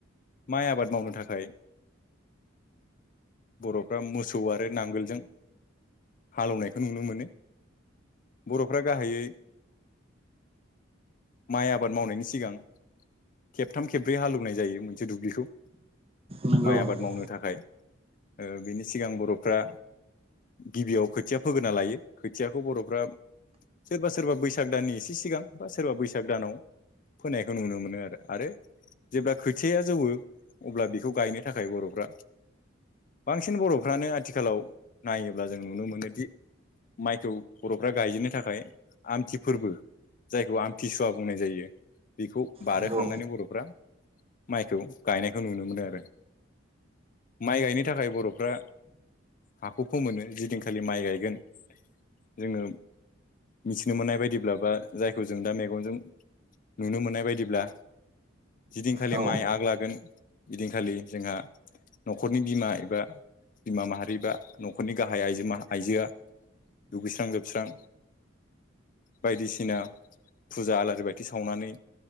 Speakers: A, on the left; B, on the right.
A: माइ आबाद मावनो थाखाय बर'फ्रा मोसौ आरो नांगोलजों हालेवनायखौ नुनो मोनो बर'फ्रा गाहायै माइ आबाद मावनायनि सिगां खेबथाम खेब्रै हालवनायायो मोनसे दुब्लिखौ।
B: नंगौ
A: माइ आबाद
B: नंगौ
A: मावनो थाखाय ओ बिनि सिगां बर'फ्रा गिबियाव खोथिया फोग्रोना लायो खोथियाखौ बर'फ्रा सोरबा सोरबा बैसाग दाननि एसे सिगां बा सोरबा बैसाग दानाव फोनायखौ नुनो मोनो आरो आरो जेब्ला खोथियाया जौवो अब्ला बेखौ गायनो थाखाय बर'फ्रा बांसिन बर'फ्रानो आथिखालाव नायोब्ला जों नुनो मोनोदि माइखौ बर'फ्रा गायजेननो थाखाय आमथि फोरबो जायखौ आमथिसुवा बुंनाय जायो बिखौ बारहोखांनानै
B: नंगौ
A: बर'फ्रा माइखौ गायनायखौ नुनो मोनो आरो। माइ गायनो थाखाय बर'फ्रा हाखौ फोमोनो जिदिनखालि माइ गायगोन जोङो मिथिनो मोननाय बायदिब्लाबा जायखौ जों दा मेगनजों नुनो मोननाय बायदिब्ला जिदिनखालि
B: औ
A: माइ आग लागोन इदिनखालि जोंहा न'खरनि बिमा एबा बिमा माहारि बा न'खरनि गाहाय आइजो मा आइजोआ दुगैस्रां लोबस्रां बायदिसिना फुजा आलारि बाथि सावनानै